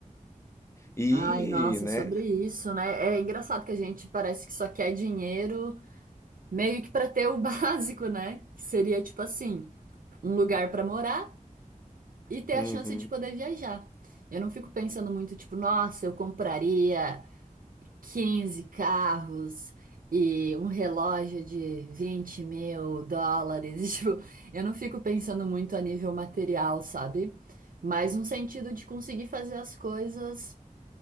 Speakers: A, on the left; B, on the right.
A: E,
B: Ai, nossa,
A: né?
B: sobre isso, né? É engraçado que a gente parece que só quer dinheiro meio que pra ter o <laughs> básico, né? Que seria tipo assim, um lugar pra morar e ter
A: Uhum.
B: a chance de poder viajar. Eu não fico pensando muito, tipo, nossa, eu compraria 15 carros e um relógio de 20 mil dólares. <laughs> Tipo, eu não fico pensando muito a nível material, sabe? Mas um sentido de conseguir fazer as coisas